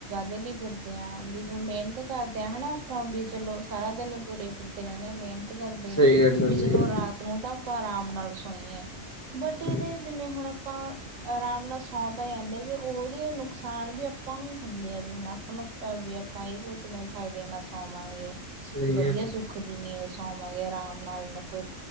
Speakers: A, on the right; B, on the left.
A: ਦੇ ਲਈ ਫਿਰਦੇ ਆਂ ਵੀ ਜੋ ਮਿਹਨਤ ਕਰਦੇ ਆ ਹਨਾ ਆਪਾਂ ਵੀ ਚਲੋ ਸਾਰਾ ਦਿਨ ਤੁਰ ਫਿਰਦੇ ਰਹਿੰਣੇ ਆ ਮਿਹਨ ਕਰਦੇ
B: ਸਹੀ ਗੱਲ ਹੈ,
A: ਵੀ
B: ਸਹੀ
A: ਚਲੋ
B: ਗੱਲ
A: ਰਾਤ ਨੂੰ ਤਾਂ ਆਪਾਂ ਆਰਾਮ ਨਾਲ ਸੋਈਏ। ਬਟ ਇਹਦੇ
B: ਹਾਂਜੀ।
A: ਜਿਵੇਂ ਹੁਣ ਆਪਾਂ ਆਰਾਮ ਨਾਲ ਸੌਂਦਾ ਹੀ ਆਦੇ ਜੇ ਉਹਦੇ ਨੁਕਸਾਨ ਵੀ ਆਪਾਂ ਨੂੰ ਹੀ ਹੁੰਦੇ ਆ ਜਿ ਆਪ ਨੂੰ ਵੀ ਆਪਾਂ ਇਹ ਸੋਚਦੇ ਫਾਇਦੇ ਨਾ ਸੋਵਾਂਗੇ
B: ਸਹੀ
A: ਵਧੀਆ
B: ਗੱਲ
A: ਸੁੱਖ ਦੀ ਨੀਂਦ ਸੌਵਾਂਗੇ ਆਰਾਮ ਨਾਲ ਕੋਈ